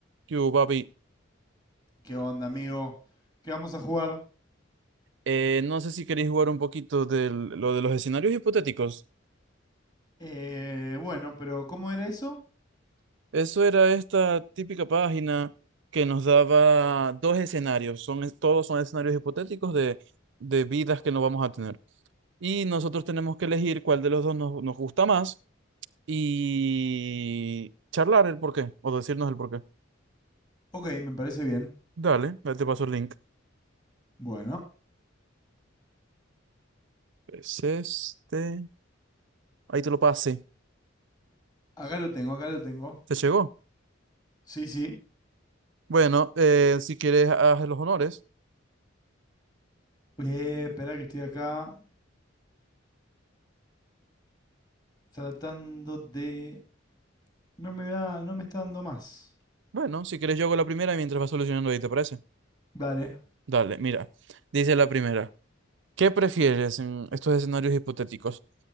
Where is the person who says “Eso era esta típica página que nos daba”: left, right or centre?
Right